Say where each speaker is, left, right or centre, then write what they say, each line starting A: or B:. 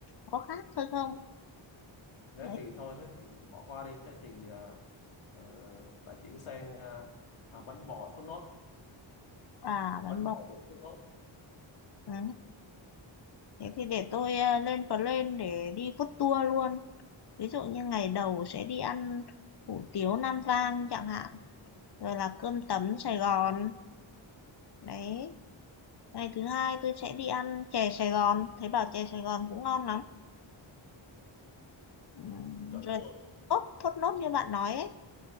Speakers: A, on the left; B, on the left.
A: có khác thôi không?
B: thế
A: Đấy,
B: thì thôi thế thì bỏ qua đi thế thì ờ, ờ, lại chuyển sang ờ, à, bánh bò thốt nốt
A: à bánh
B: bánh
A: bò.
B: bò bột thốt nốt
A: Ừ. Thế thì để tôi ờ, lên plan để đi food tour luôn. Ví dụ như ngày đầu sẽ đi ăn hủ tiếu Nam Vang chẳng hạn. Rồi là cơm tấm Sài Gòn. Đấy. Ngày thứ hai tôi sẽ đi ăn chè Sài Gòn. Thấy bảo chè Sài Gòn cũng ngon lắm. Ừ.
B: chuẩn
A: Rồi
B: luôn
A: thốt, thốt nốt như bạn nói ấy